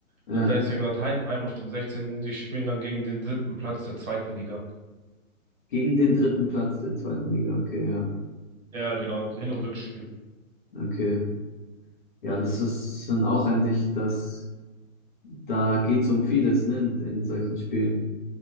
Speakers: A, on the left; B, on the right.
A: Ja,
B: Weil Da ist ja gerade Heidenheim auf dem 16. Die spielen dann gegen den dritten Platz der zweiten Liga.
A: gegen den dritten Platz der zweiten Liga. Okay, ja,
B: Ja, genau, Hin- und Rückspiel.
A: okay. Ja, das ist dann auch eigentlich, das, da geht's um vieles, ne, in, in solchen Spielen.